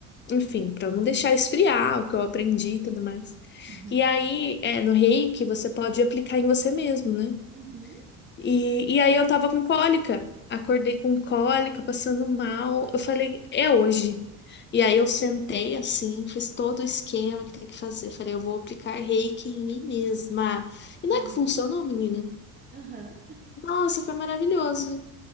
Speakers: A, on the left; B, on the right.
A: enfim, pra não deixar esfriar o que eu aprendi e tudo mais.
B: uhum,
A: E aí, é, no Reiki, você pode aplicar em você mesmo, né?
B: uhum,
A: E, e aí eu tava com cólica. Acordei com cólica, passando mal. Eu falei, é hoje. E aí eu
B: <laughs>
A: sentei assim, fiz todo o esquema que tem que fazer. Falei, eu vou aplicar reiki em mim mesma. E
B: uhum,
A: não é que funcionou, menina?
B: aham.
A: Nossa, foi maravilhoso.